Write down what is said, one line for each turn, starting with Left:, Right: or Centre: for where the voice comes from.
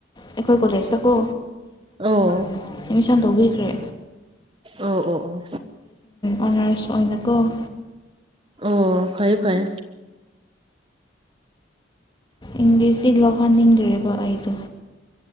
Left: ꯑꯩꯈꯣꯏ ꯀꯂꯦꯖ ꯆꯀꯣ
Right: ꯑꯣ
Left: <unintelligible> ꯥ ꯇꯧꯕꯤꯈ꯭ꯔꯦ
Right: ꯑꯣ ꯑꯣ ꯑꯣ
Left: ꯑꯣꯔꯁ ꯑꯣꯏꯅ ꯑꯣꯏꯅꯀꯣ
Right: ꯑꯣ ꯐꯩ ꯐꯩ
Left: ꯏꯪꯂꯤꯁꯁꯤ ꯂꯧꯍꯟꯅꯤꯡꯈ꯭ꯔꯦꯕ ꯑꯩꯗꯣ